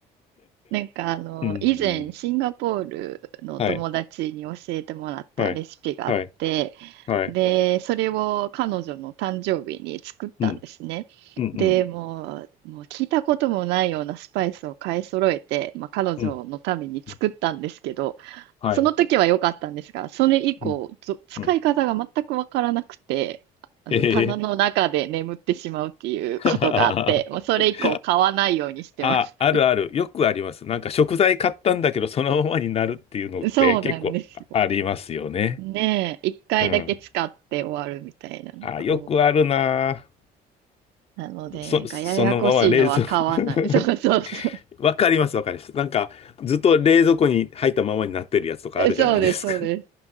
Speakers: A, on the right; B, on the left.
A: なんかあの、
B: うん。
A: 以前シンガポールの友達に教えてもらったレシピがあって、
B: はい。はい。はい。はい。
A: で、それを彼女の誕生日に作ったんですね。
B: うん。うん。
A: で、もう、もう聞いたこともないようなスパイスを買い揃えて、まあ、彼女のために作ったんですけど、
B: うん。うん。うんはい。
A: その時は良かったんですが、それ以降、
B: うん。
A: ぞ使い方が全くわからなくて、
B: うん。
A: あの、
B: え
A: 棚の中で眠ってしまうっていうことがあって、
B: え
A: もうそれ以降買わないようにしてます。
B: <laughs>。あ、あるある。よくあります。なんか食材買ったんだけど、そのままになるっていうのって結構ありますよね。
A: そうなんです。ねえ、一回だけ使って終わるみたいなのが多い。
B: うん。あ、よくあるな
A: なので、
B: ぁ。そ、
A: なんかややこしいのは買わない。
B: そのまま冷蔵 <laughs>
A: <laughs> そうそうそ
B: わかります、わかります。なんか、ずっと冷蔵庫に入ったままになってるやつとかあるじゃないですか。
A: う。そうです、そうで